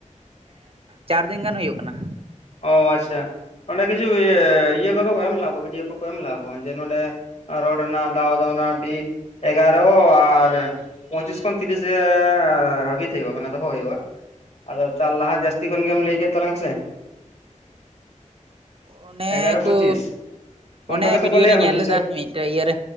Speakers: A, on the right; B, on the left.
A: ᱪᱟᱨᱫᱤᱱ ᱜᱟᱱ ᱦᱩᱭᱩᱜ ᱠᱟᱱᱟ᱾
B: ᱚ ᱟᱪᱪᱷᱟ ᱚᱸᱰᱮ ᱠᱤᱪᱷᱩ ᱤᱭᱟᱹ ᱠᱚ ᱫᱚ ᱮᱢ ᱞᱮᱱᱟ ᱱᱚᱣᱟ ᱵᱷᱤᱰᱭᱳ ᱠᱚᱠᱚ ᱮᱢ ᱞᱮᱱᱟ ᱱᱚᱣᱟ ᱡᱮ ᱱᱚᱸᱰᱮ ᱨᱚᱰ ᱨᱮᱱᱟᱜ ᱫᱟᱣ ᱫᱚ ᱨᱮᱱᱟᱜ ᱢᱚᱴᱟᱢᱩᱴᱤ ᱮᱜᱟᱨᱚ ᱟᱨ ᱯᱚᱸᱪᱤᱥ ᱠᱷᱚᱱ ᱛᱤᱨᱤᱥ ᱨᱮ ᱦᱟᱹᱵᱤᱛ ᱦᱩᱭᱩᱜ-ᱟ᱾ ᱢᱟᱱᱮ ᱫᱚᱦᱚ ᱦᱩᱭᱩᱜ-ᱟ᱾ ᱟᱫᱚ ᱪᱟᱞ ᱞᱟᱦᱟ ᱡᱟᱹᱥᱛᱤ ᱠᱷᱚᱱ ᱜᱮᱢ ᱞᱟᱹᱭ ᱠᱮᱫ ᱛᱟᱞᱟᱝᱟ ᱥᱮ
A: ᱚᱱᱮ
B: ᱮᱜᱟᱨᱚ
A: ᱠᱚ
B: ᱯᱚᱸᱪᱤᱥ ᱚᱱᱠᱟ
A: ᱚᱱᱮ
B: ᱜᱮᱛᱚ
A: ᱵᱷᱤᱰᱤᱭᱳ
B: ᱠᱚ ᱞᱟᱹᱭᱟᱜ
A: ᱨᱮᱧ
B: ᱢᱮ
A: ᱧᱮᱞ
B: ᱦᱤᱥᱟᱹᱵ
A: ᱞᱮᱫᱟ ᱢᱤᱫᱴᱮᱡ ᱤᱭᱟᱹᱨᱮ